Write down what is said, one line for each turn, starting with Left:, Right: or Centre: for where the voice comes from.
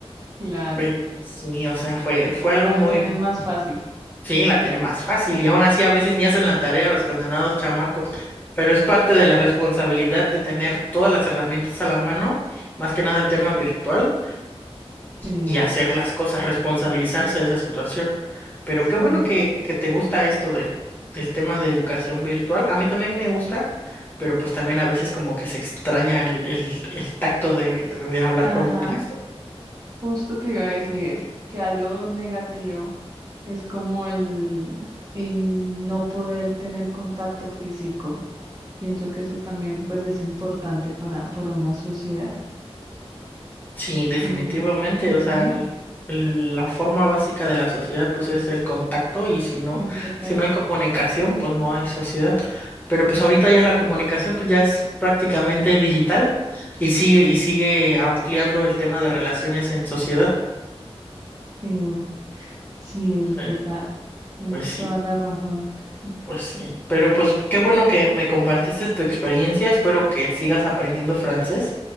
Right: Claro,
Left: pero sí, o sea, fue, fue algo
Right: la
Left: muy,
Right: tienen más fácil.
Left: sí, la tiene más fácil. Y aún así a veces ni hacen la tarea los condenados chamacos. Pero es parte de la responsabilidad de tener todas las herramientas a la mano, más que nada el tema virtual
Right: Sí,
Left: y hacer las cosas, responsabilizarse de esa situación. Pero
Right: sí,
Left: qué bueno que, que te gusta esto de, del tema de educación virtual. A mí también me gusta, pero pues también a veces como que se extraña el, el, el tacto de, de hablar
Right: ajá,
Left: con un maestro.
Right: justo te iba a decir eso, que algo negativo es como el, el no poder tener contacto físico. Pienso que eso también pues es importante para, para una sociedad.
Left: Sí, definitivamente,
Right: Mm, ujú,
Left: o sea, el- el- la forma básica de la sociedad pues es el contacto y si no,
Right: es verdad,
Left: si no hay comunicación pues no hay sociedad. Pero pues ahorita ya la comunicación pues ya es prácticamente digital y sigue y sigue ampliando el tema de relaciones en sociedad.
Right: sí, sí, es
Left: Sí.
Right: verdad, tienes
Left: Pues sí,
Right: toda la razón,
Left: Pues sí, pero pues qué bueno que me compartiste tu experiencia, espero que sigas aprendiendo francés,